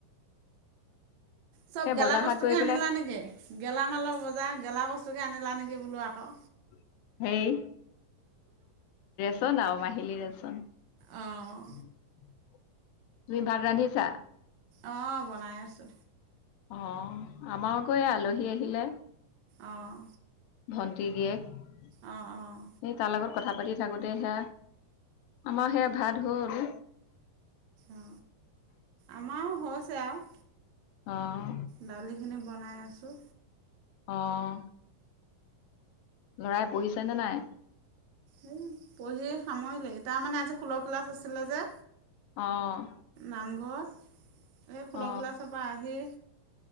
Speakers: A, on the right; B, on the left.
A: চব
B: এই
A: গেলা
B: বজাৰ
A: বস্তু
B: হাট কৰি
A: কে
B: পেলাই
A: আনিলা নেকি, গেলামালৰ বজাৰ গেলা বস্তুকে আনিলা নেকি। বলো আকৌ।
B: সেই। চোন আৰু মাহিলী দেচোন।
A: অঁ
B: তুমি ভাত ৰান্ধি আছা।
A: অ বনাই আছো।
B: অ, আমাৰ আকৌ আলহী আহিলে
A: অঁ
B: ভন্টি। এক সেই
A: অঁ অঁ
B: তাল। <unintelligible> কথা পাতি থাকোতে সেয়া আমাৰ সেয়া ভাত হ'ল।
A: অ আমাৰও হৈছে আৰু।
B: আহ।
A: দালিখিনি বনাই আছোঁ।
B: অঁ। লৰাই পঢ়িছে নে নাই?
A: এ পঢ়ি সামৰিলে তাৰ মানে আজি ষোল্ল ক্লাছ আছিলে যে।
B: অ',
A: নামঘৰত। এ খোলগিলা
B: অ
A: চপা আহি।